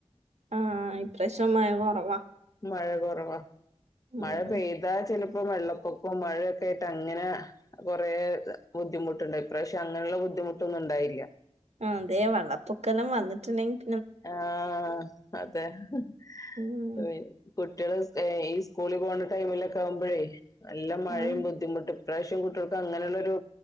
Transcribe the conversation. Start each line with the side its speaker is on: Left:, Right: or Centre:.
Right: ആഹ് ഇപ്രാവശ്യം മഴ കൊറവാ
Left: മഴ കുറവാ
Right: ഉം
Left: മഴ പെയ്തു അതാ ചിലപ്പോ വെള്ളപ്പൊക്കവും മഴയൊക്കെ ആയിട്ട് അങ്ങനെ കുറെ ബുദ്ധിമുട്ടുണ്ട് ഇപ്രാവശ്യെ അങ്ങനെയുള്ള ബുദ്ധിമുട്ടൊന്നും ഉണ്ടായില്ല
Right: ആ അതെ വെള്ളപ്പൊക്ക എല്ലാം വന്നിട്ടുണ്ടെങ്കിൽ
Left: ആഹ് അതെ <inaudible>
Right: ഉം
Left: കുട്ടികൾ ഈ സ്കൂളിൽ പോകണ്ട ടൈമിലൊക്കെ ആവുമ്പോഴേ എല്ലാം മഴയും
Right: ആഹ്
Left: ബുദ്ധി ബുദ്ധിമുട്ട് ഇപ്രാവശ്യം കുട്ടികൾക്ക് അങ്ങനെയുള്ള ഒരു